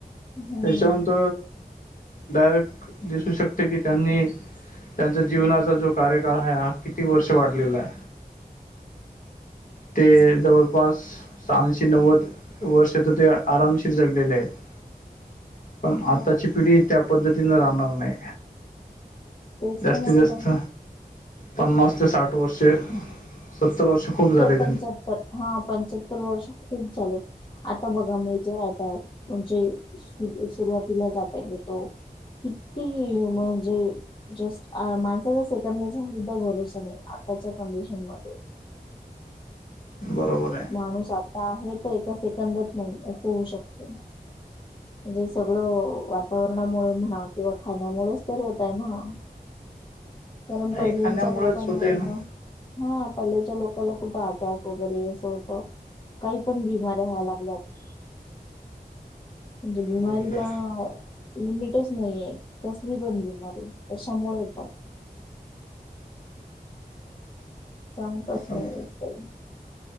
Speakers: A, on the left (about 30°); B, on the left (about 55°).
A: हम्म.
B: त्याच्यावरंत डायरेक्ट दिसू शकते की त्यांनी त्यांचा जीवनाचा जो कार्यकाळ हाय हा किती वर्ष वाडलेलाय ते जवळपास सहाशे नव्वद वर्ष तर ते आरामशीर जगलेले आहेत पण
A: हो
B: आताची पिडी त्या पद्धतीन राहणार नाइ
A: तेच
B: जास्तीत
A: तर म्हणत
B: जास्त
A: आहे. मी.
B: पन्नास ते साठ वर्षे सत्तर वर्ष खूप झालेत
A: पंच्याअत्तर हा पंच र वर्ष खूप चालत आता बघा मी तर रा आता म्हणजे सुरुवातीलाचटय येतो किती म्हणजे? जस्ट माणसाचा सेकंदा सुदा भरोसा नाही आत्ताच्या कंडिशन मध्ये
B: बरोबरय
A: माणूस आता आहे तर एका सेकंदात नाई असं होऊ शकत हे सगळं वातावरणामुळे म्हणा किंवा खाण्यामुळेच तर होतय ना कारण
B: नाही
A: पइल्यांच्या
B: खाण्यामुळेच
A: लोकांना
B: होते
A: एगं
B: ना
A: हा पइल्याच्या लोकांला खूप अटॅक वगेरे असं होत काही पण बिमाऱ्या व्हाय लागल्यात कोज मी
B: बरोबर
A: माारला लिमिटच नाहीये, कसली बंदली मारी कश्यामुळे पण सांगताच
B: सब
A: नाही येत काही